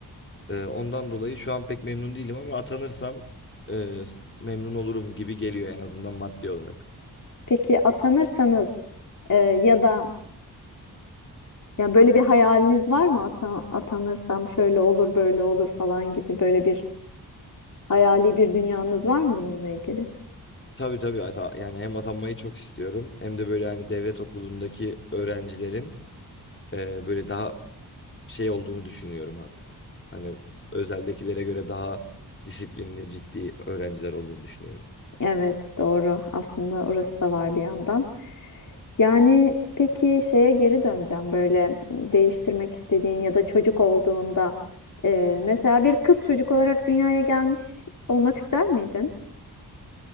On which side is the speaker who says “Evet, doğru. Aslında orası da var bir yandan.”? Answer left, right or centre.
Left